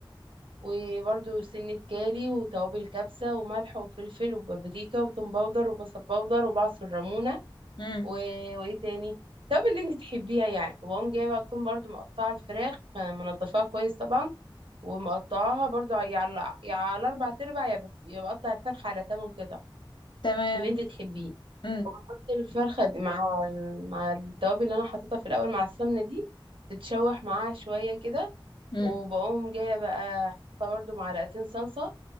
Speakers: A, on the right; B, on the left.
A: وبرده سنة كاري وتوابل كبسة وملح وفلفل وبابريكا وتوم باودر وبصل باودر وبعصر ليمونة
B: امم
A: و... وإيه تاني التوابل اللي انت تحبيها يعني وأقوم جاية بقى تكون برضو مقطعة الفراخ آه، منضفاها كويس طبعا ومقطعاها برضو يا على يا على اربع تربع يا بف- يا بقطع الفرخه على تمن قطع
B: تمام
A: اللي انت تحبيه
B: امم
A: وبحط الفرخه دي مع ال- مع التوابل اللي انا حطيتها في الاول مع السمنه دي تتشوح معاها شويه كده
B: امم
A: وبقوم جايه بقى حاطه برضو معلقتين صلصه